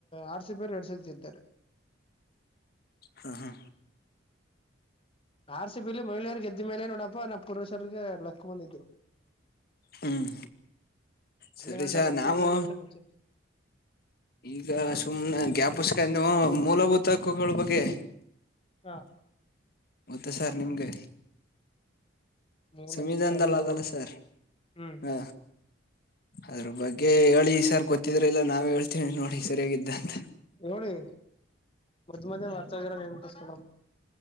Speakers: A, on the left; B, on the left.
A: ಆರ್‌ಸಿಬಿ ಯವರು ಎರಡು ಸಾರಿ ಗೆದ್ದವರೇ.
B: ಹಾ ಹಾ
A: ಆರ್ಸಿಬಿಲಿ ಮಹಿಳೆಯರ ಗೆದ್ದ ಮೇಲೆ ನೋಡಪ್ಪಾ ನಮ್ ಪುರುಷರಿಗೆ ಲಕ್ಕು ಬಂದಿದ್ರು
B: ಹ್ಮ್ ಸರಿ
A: ಅಲ್ಲಿ ಗಂಟ
B: ಸರ್,
A: ಲಕ್ಕು
B: ನಾವು
A: ಅಂದ್ರೆ ಏನಂತ ಗೊತ್ತಿಲ್ಲ
B: ಈಗಾ
A: ಹಾ
B: ಸುಮ್ನೆ ಗ್ಯಪಸ್ಕೊಂಡು ಮೂಲಭೂತ್ ತಕ್ಕುಗಳ ಬಗ್ಗೆ
A: ಹಾ
B: ಮತ್ತೆ ಸರ್ ನಿಮ್ಗೆ.
A: ಮೂಲಭೂತ
B: ಸಂವಿಧಾನದಲ್ಲ
A: ಹಕ್ಕುಗಳು
B: ಅದಲ್ಲ ಸರ್
A: ಹ್ಮ್
B: ಹ ಅದ್ರ ಬಗ್ಗೆ ಹೇಳಿ ಸರ್ ಗೊತ್ತಿದ್ರ ಇಲ್ಲ ನಾವೇ ಹೇಳ್ತಿವಿ ನೋಡಿ. ಸರಿಯಾಗಿದ್ದಂತ
A: ನೋಡಿ ಮದ್ ಮಧ್ಯ ಮರ್ತೋಗಿರೋದ್ ನೆನಪುಸ್ಕುಳವು